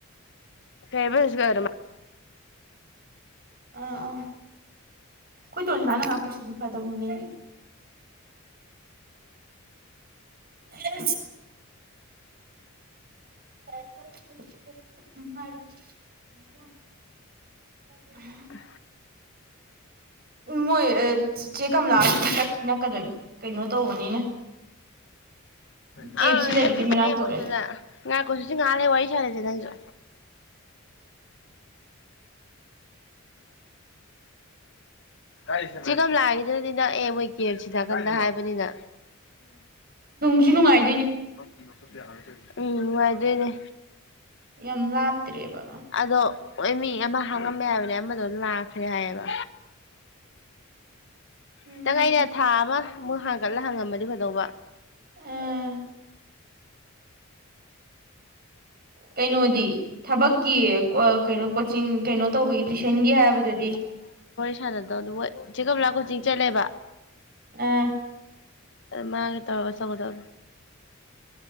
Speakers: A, on the left; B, on the right.
A: ꯀꯩꯕꯁꯒꯔ
B: ꯍ ꯑꯥ ꯑ ꯑꯩꯣꯏ ꯊꯣꯡꯅꯅꯉꯁꯨꯗꯤ ꯐ ꯄꯨꯅ ꯍ <unintelligible>
A: ꯑ
B: ꯎꯝ ꯃꯣꯏ ꯆꯦ ꯀꯝꯂꯥ ꯅꯛꯀꯗꯣꯏꯅꯤ ꯀꯩꯅꯣ ꯇꯧꯕꯅꯤꯅ ꯀꯦ
A: ꯑ
B: ꯑꯦꯐ ꯁꯤ
A: ꯅꯛꯇꯤ
B: ꯂꯩꯕꯗꯨꯒꯤ
A: ꯅꯛꯑꯦ
B: ꯃꯅꯥꯛꯇ
A: ꯃꯣꯏꯗꯨꯅ
B: ꯑꯣꯏꯔꯗꯤ
A: ꯍꯨꯖꯤꯛ ꯉꯥꯛ ꯂꯩꯔ ꯋꯥꯔꯤ ꯁꯥꯟꯅꯁꯦ ꯅꯪꯁꯨ <unintelligible> ꯆꯦ ꯀꯝ ꯂꯥꯒꯤꯗꯨꯗꯤ ꯅꯛꯑꯦ ꯃꯣꯏ ꯀꯦ ꯁꯤꯗꯥꯛꯀꯝꯗ ꯍꯥꯏꯕꯅꯤꯅ
B: - <unintelligible> ꯅꯨꯡꯥꯏ
A: <unintelligible> ꯎꯝ ꯅꯨꯉꯥꯏꯗꯣꯏꯅꯦ
B: ꯌꯥꯝ ꯂꯥꯞꯇ꯭ꯔꯦꯕ
A: ꯑꯗꯣ ꯍꯣꯏ ꯃꯤ ꯑꯃ ꯍꯥꯡꯉꯝꯃꯦ ꯍꯥꯏꯕꯅꯦ ꯑꯃꯗꯣ ꯂꯥꯛꯈ꯭ꯔꯦ ꯍꯥꯏꯌꯦꯕ
B: ꯎꯝ
A: ꯈꯤꯇꯪ ꯑꯩꯅ ꯊꯥ ꯑꯃꯃꯨꯛ ꯍꯥꯡꯒꯠꯂ ꯍꯪꯉꯝꯃꯗꯤ ꯀꯩꯗꯧꯕ
B: ꯑꯥ ꯀꯩꯅꯣꯗꯤ ꯊꯕꯛꯀꯤ ꯀꯩꯅꯣ ꯀꯣꯆꯤꯡ ꯀꯩꯅꯣ ꯇꯧꯕꯒꯤ ꯇꯨꯏꯁꯟꯒꯦ ꯍꯥꯏꯕꯗꯨꯗꯤ
A: ꯁꯥꯟꯅ ꯇꯧꯅꯤ ꯃꯣꯏ ꯆꯦ ꯀꯝꯂꯥ ꯀꯣꯆꯤꯡ ꯆꯠꯂꯦꯕ
B: ꯑꯥ
A: ꯃꯥꯒ ꯇꯧꯔꯒ ꯑꯆꯧꯕꯗꯣ